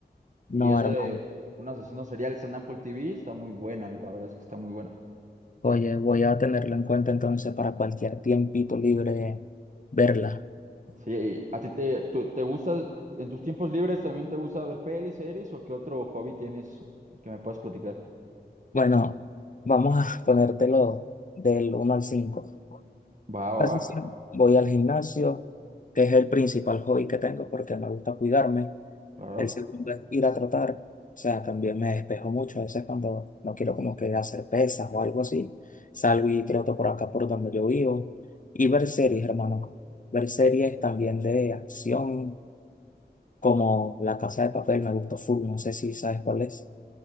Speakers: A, on the left; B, on the right.
A: no,
B: Y es
A: hermano.
B: de un asesino serial. Está en Apple TV. Está muy buena. La verdad es que está muy buena.
A: Oye, voy a tenerlo en cuenta entonces para cualquier tiempito libre verla.
B: Sí, y ¿a ti te, tú- te gusta, en tus tiempos libres también te gusta ver pelis, series o qué otro hobby tienes que me puedas platicar?
A: Bueno, vamos a <laughs> ponértelo del uno al cinco
B: Va,
A: Casi
B: va, va.
A: siempre voy al gimnasio, que es el principal hobby que tengo porque me gusta cuidarme.
B: Claro.
A: El segundo es ir a trotar. O sea, también me despejo mucho. A veces cuando no quiero como que hacer pesas o algo así, salgo y troto por acá por donde yo vivo. Y ver series, hermano. Ver series también de acción, como La Casa de Papel, me gustó full. No sé si sabes cuál es.